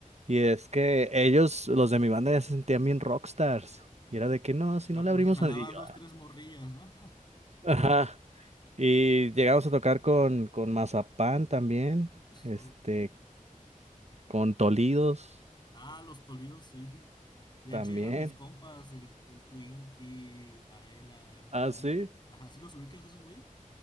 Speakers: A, on the right; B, on the left.
A: Y es que ellos, los de mi banda, ya se sentían bien rockstars. Y era de que no, si
B: Ya
A: no le
B: porque
A: abrimos
B: jalaban
A: al... Y yo,
B: dos, tres morrillas, ¿no?
A: Ajá. Y llegamos a tocar con, con Mazapán también,
B: <laughs> Eso
A: este, con Tolidos.
B: Ah, los Toledos, sí. De
A: También.
B: hecho, eran mis compas, el, el Twinkie, Varela,
A: Ah,
B: era...
A: sí.
B: Ajá, ¿sí los ubicas esos güeyes?